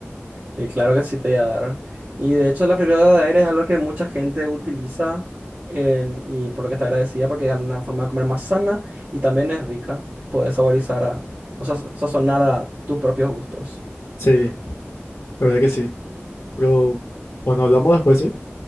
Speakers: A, on the right (about 60°); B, on the left (about 70°).
A: Y claro que sí te voy a dar. Y de hecho la freidora de aire es algo que mucha gente utiliza en- y por lo que está agradecida porque es una forma de comer más sana y también es rica. Puedes saborizar a, o sea, sa- sazonar a tus propios gustos.
B: Sí, la verdad que sí. Pero bueno, hablamos después, ¿sí?